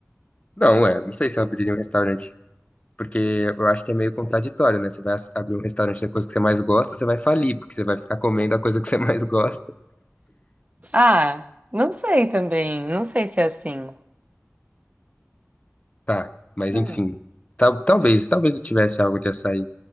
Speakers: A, on the left; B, on the right.
A: Não, é, não sei se eu abriria um restaurante. Porque eu acho que é meio contraditório, né? Você vai as- abrir um restaurante da coisa que você mais gosta, você vai falir, porque você vai ficar comendo a coisa que você <laughs> mais gosta.
B: Ah, não sei também. Não sei se é assim.
A: Tá, mas
B: Hum.
A: enfim. Tal- talvez, talvez eu tivesse algo de açaí.